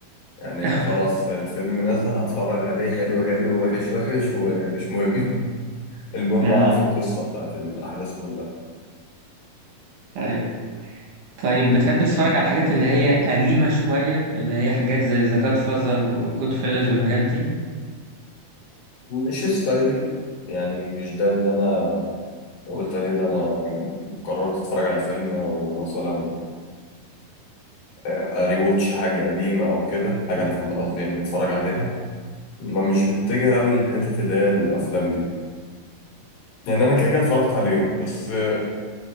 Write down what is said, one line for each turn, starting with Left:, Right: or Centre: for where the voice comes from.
Left: يعني
Right: <laughs>
Left: خلاص الفيلم نزل هتفرج عليه حلو حلو وحش وحش ومش مهم <laughs> المهم
Right: اه
Left: اعرف القصه بتاعت الاحداث كلها
Right: ايوه طيب بتحب تتفرج على الحاجات اللي هي قديمة شوية اللي هي حاجات زي ذا جاد فازر وجود فيلز والحاجات دي
Left: مش ستايلي يعني مش ده اللي انا قلت عليه ده انا قررت اتفرج على فيلم او مثلا اريوتش حاجه قديمه او كده حاجه انا قصدي يعني متفرج عليها ما مش بتتجه قوي للحتت اللي هي الافلام دي يعني انا كده كده اتفرجت عليهم بس آه،